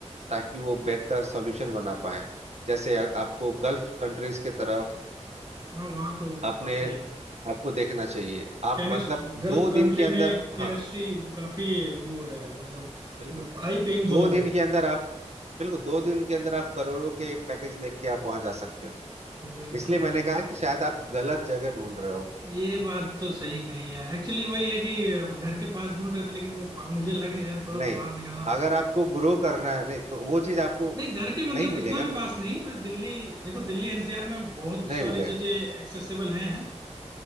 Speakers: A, on the right; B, on the right.
A: ताकि वो बेहतर सॉल्यूशन बना पाए जैसे आ, आपको गल्फ कंट्रीज के तरफ
B: हाँ वहाँ तो
A: आपने
B: काफी है
A: आपको देखना चाहिए आप
B: केमिस्ट
A: मतलब
B: गल्फ
A: दो दिन
B: कंट्री
A: के अंदर
B: में केमिस्ट्री
A: हाँ
B: काफी वो है मतलब
A: बिल्कुल
B: हाई पेइंग जॉब
A: दो दिन
B: है
A: के अंदर आप बिल्कुल दो दिन के अंदर आप करोड़ों के पैकेज लेके आप वहां जा सकते हो
B: बिल्कुल
A: इसलिए मैंने
B: ये
A: कहा कि शायद आप गलत जगह ढूंढ रहे हो
B: ये बात तो सही कही है एक्चुअली वही है कि अब घर के पास ढूंढ रहे थे लेकिन वो अब मुझे लग नहीं रहा है, थोड़ा सा
A: नहीं
B: बाहर निकलना पड़ेगा
A: अगर आपको ग्रो करना है नहीं तो वो चीज आपको
B: नहीं घर के मतलब
A: नहीं मिलेगा
B: इतना भी पास
A: ना
B: नहीं मैं दिल्ली देखो दिल्ली एनसीआर में बहुत
A: नहीं
B: सारी
A: मिलेगा
B: चीजें एक्सेसिबल हैं